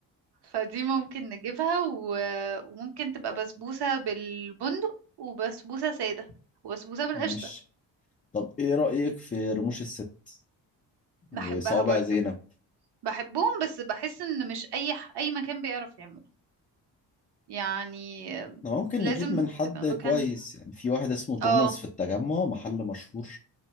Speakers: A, on the right; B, on the left.
A: فدي ممكن نجيبها و... وممكن تبقى بسبوسة بالبندق وبسبوسة سادة وبسبوسة بالقشطة
B: ماشي طب إيه رأيك في رموش الست وصوابع
A: بحبها برضو
B: زينب
A: بحبهم بس بحس ان مش اي ح... اي مكان بيعرف يعمله يعني
B: ده ممكن
A: لازم
B: نجيب من حد
A: تبقى
B: كويس
A: مكان
B: يعني في واحد اسمه توماس
A: اه
B: في التجمع محل مشهور